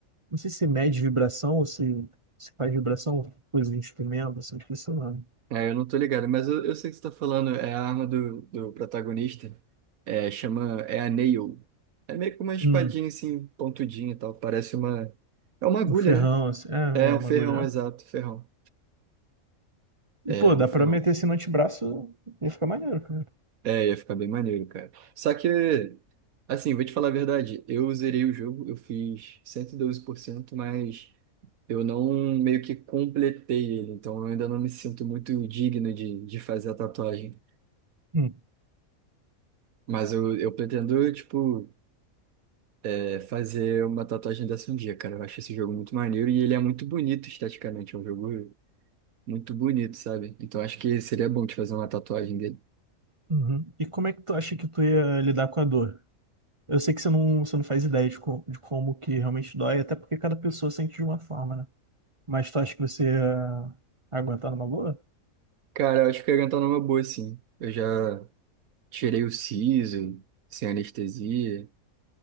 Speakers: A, on the right; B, on the right.
A: não sei se mede vibração ou se, se faz vibração, coisa de instrumento, assim, esqueci o nome.
B: É, eu não tô ligado, mas eu, eu sei que você tá falando, é a arma do, do protagonista. É, chama. É a Nail. É meio que uma espadinha
A: Hum,
B: assim, pontudinha e tal. Parece uma. É uma agulha,
A: um um ferrão,
B: né?
A: assim. É,
B: É
A: uma
B: um
A: bagulho.
B: ferrão, exato, ferrão.
A: E
B: É
A: pô,
B: um
A: dá
B: ferrão.
A: pra meter assim no antebraço, ia ficar maneiro, cara.
B: É, ia ficar bem maneiro, cara. Só que, assim, vou te falar a verdade, eu zerei o jogo, eu fiz cento e doze por cento mas eu não meio que completei ele, então eu ainda não me sinto muito digno de, de fazer a tatuagem.
A: Hum,
B: Mas eu, eu pretendo, tipo, é, fazer uma tatuagem dessa um dia, cara. Eu acho esse jogo muito maneiro e ele é muito bonito esteticamente, é um jogo muito bonito, sabe? Então acho que seria bom te fazer uma tatuagem dele.
A: uhum. E como é que tu acha que tu ia lidar com a dor? Eu sei que você não, você não faz ideia de, co- de como que realmente dói, até porque cada pessoa sente de uma forma, né? Mas tu acha que você ia aguentar numa boa?
B: Cara, eu acho que eu ia cantar numa boa, sim. Eu já Tirei o siso sem anestesia,